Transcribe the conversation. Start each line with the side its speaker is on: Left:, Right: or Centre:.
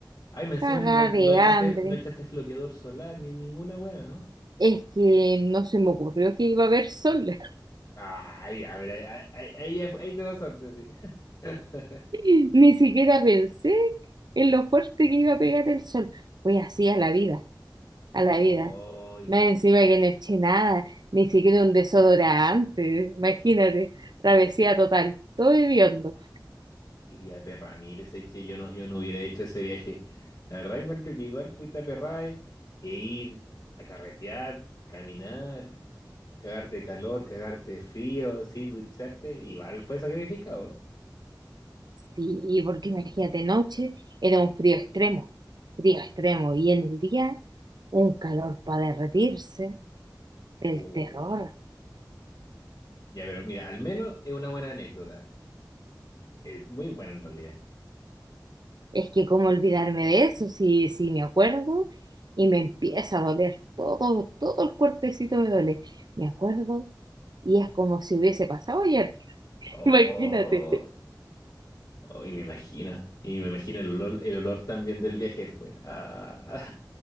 Left: Ay, me encima
Right: cagada
Left: no, no
Right: de
Left: echaste,
Right: hambre.
Left: no echaste bloqueador solar ni ninguna wea, ¿no?
Right: Es que no se me ocurrió que iba a haber sol.
Left: Ay, a ver, ahí, ahí, ahí ya fue- ahí te pasaste, sí. <laughs>
Right: <laughs> Ni siquiera pensé en lo fuerte que iba a pegar el sol. Pues así a la vida, a la
Left: Ay,
Right: vida. Más encima que no eché nada, ni siquiera un desodorante. <laughs> Imagínate, travesía total, todo hediondo.
Left: quería perra, mire, es que yo no, yo no hubiera hecho ese viaje. La verdad encuentro que igual fuiste a Perray e ir a carretear, caminar, cagarte de calor, cagarte de frío, sin ducharte, igual fue sacrificado.
Right: Sí, porque imagínate, noche era un frío extremo, frío extremo. Y en el día, un calor para derretirse, el
Left: Uh.
Right: terror.
Left: Ya, pero mira, al menos es una buena anécdota. Es muy bueno en realidad.
Right: Es que cómo olvidarme de eso, si, si me acuerdo y me empieza a doler, todo, todo el cuerpecito me duele. Me acuerdo y es como si hubiese pasado ayer, <laughs>
Left: Oh,
Right: imagínate.
Left: oh, y me imagino. Y me imagino el olor, el olor también del viaje fue. Ah.